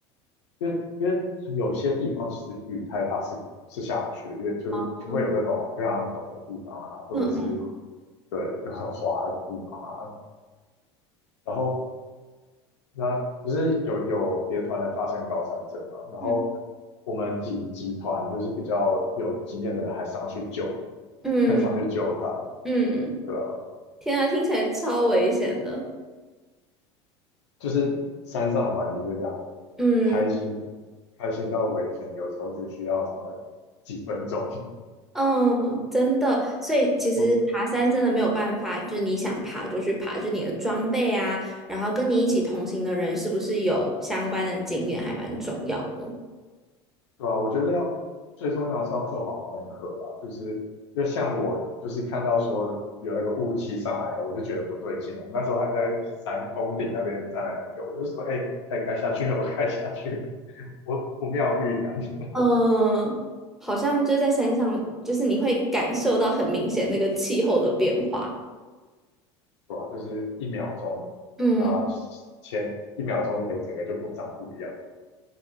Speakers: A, on the left; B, in the centre.
A: 因为因为有些地方其实雨太大是是下不去的，因为就是就会有那种非常陡的地方啊，
B: 哦
A: 或者是
B: 嗯嗯
A: 对就很滑的地方啊，然后那不是有有别团的发生高山症嘛，然后
B: 嗯
A: 我们几几团就是比较有经验的人还上去救，
B: 嗯
A: 还上去救他。
B: 嗯，
A: 对啊，
B: 天啊，听起来超危险的。
A: 就是山上的环境就这样，
B: 嗯，
A: 开心，开心到危险，有时候只需要什么几分钟。<laughs>
B: 嗯，真的，所以其实爬山真的没有办法，
A: 我，
B: 就是你想爬就去爬，就你的装备啊，然后跟你一起同行的人是不是有相关的经验，还蛮重要的。
A: 对啊，我觉得要最重要的是要做好功课吧，就是因为像我就是看到说有那个雾气上来，我就觉得不对劲了。我们那时候还在山峰顶那边站了很久，我就说，哎、哎，该下去了，我该下去了，我不妙预感，<laughs>
B: 嗯，好像就是在山上，就是你会感受到很明显那个气候的变化。
A: 对吧、就是一秒钟
B: 嗯。
A: 啊、前一秒钟就可以整个就不长不一样，